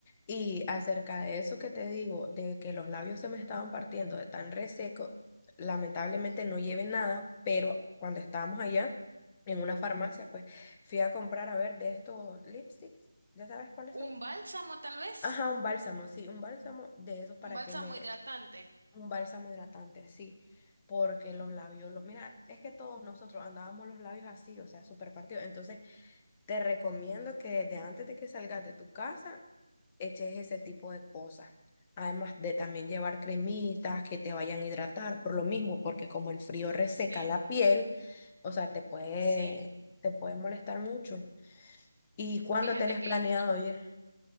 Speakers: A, on the left; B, on the right.
A: Y acerca de eso que te digo, de que los labios se me estaban partiendo de tan reseco, lamentablemente no llevé nada, pero cuando estábamos allá en una farmacia, pues fui a comprar, a ver, de estos lipsticks, ¿ya sabes cuáles son?
B: ¿Un bálsamo tal vez?
A: Ajá, un bálsamo, sí, un bálsamo de esos para
B: ¿Un bálsamo
A: que me,
B: hidratante?
A: un bálsamo hidratante, sí, porque los
B: Ujú.
A: labios, lo- mira, es que todos nosotros andábamos los labios así, o sea, súper partidos, entonces te recomiendo que desde antes de que salgas de tu casa, eches ese tipo de cosas. Además de también llevar cremitas que te vayan a hidratar por lo mismo, porque como el frío reseca
B: Sí,
A: la piel, o sea, te puede,
B: sí.
A: te puede molestar mucho. ¿Y cuándo
B: Fíjate
A: tenés
B: que
A: planeado
B: y-
A: ir?